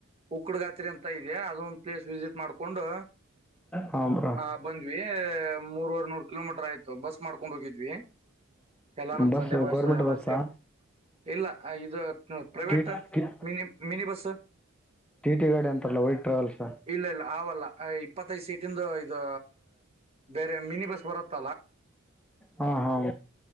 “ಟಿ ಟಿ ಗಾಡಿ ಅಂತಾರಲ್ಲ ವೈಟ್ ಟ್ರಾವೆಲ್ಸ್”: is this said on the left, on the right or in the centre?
Centre